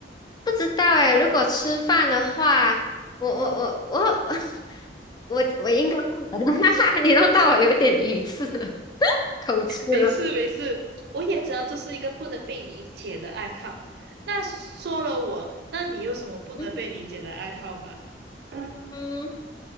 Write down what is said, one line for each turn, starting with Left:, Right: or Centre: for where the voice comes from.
Left: 不知道哎。如果吃饭的话，我我我我 <laughs> 我我应该不能，<laughs> 你弄到我有点语塞了，口吃了。
Right: 没事没事，我也知道这是一个不能被理解的爱好。那说了我，那你有什么不能被理解的爱好吗？
Left: 嗯
Right: 嗯
Left: 嗯，